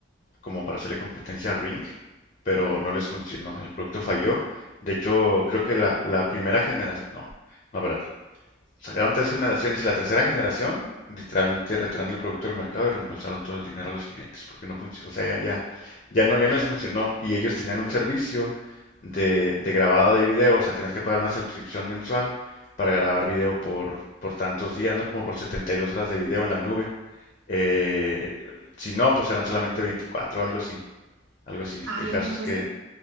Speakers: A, on the left; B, on the right.
A: como para hacerle competencia a Ring, pero no les funcionó, el producto falló. De hecho, creo que la, la primera generación, no, no, espérate. Sacaron tres generaciones y la tercera generación literalmente retiraron el producto del mercado y reembolsaron todo el dinero a los clientes porque no funcionó, o sea, ya, ya, ya no, ya no les funcionó y ellos tenían un servicio de, de grabado de video, o sea, tenías que pagar una suscripción mensual para grabar video por, por tantos días, ¿no? Como por 72 horas de video en la nube. Eh, si no, pues eran solamente 24, algo así, algo así.
B: Ay,
A: El caso
B: oye, pues
A: es que,